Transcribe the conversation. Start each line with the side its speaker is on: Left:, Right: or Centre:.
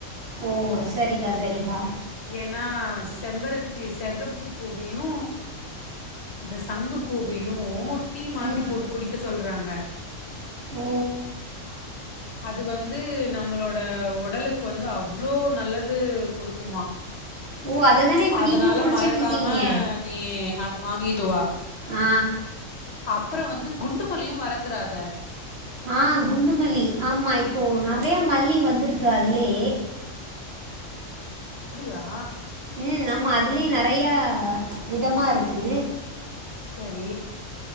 Right: ஓ சரிக்கா சரிக்கா
Left: ஏன்னா செம்பருத்தி செகப்பு பூவயு இந்த சங்கு பூவையு டீ மாதிரி
Right: ம்
Left: போட்டு குடிக்க சொல்றாங்க
Right: ஓ
Left: ஆ அது வந்து நம்மளோட ஒடலுக்கு வந்து அவ்ளோ நல்லது கொடுக்குமா
Right: ஓ அதை தானே இப்போ
Left: அதனால
Right: நீங்களும் குடிச்சிட்ருக்கீங்க
Left: மறக்காம நீ து வாங்கிட்டு வா
Right: ஆ
Left: அப்புறோ வந்து குண்டு மல்லியு மறந்துறாத
Right: ஆ குண்டுமல்லி ஆமா இப்போ நா நறையா மல்லி வந்திருக்கு அதுலே
Left: அப்டியா
Right: ம் ஆமா அது அதுலயு நெறைய விதமா இருக்கு
Left: சரி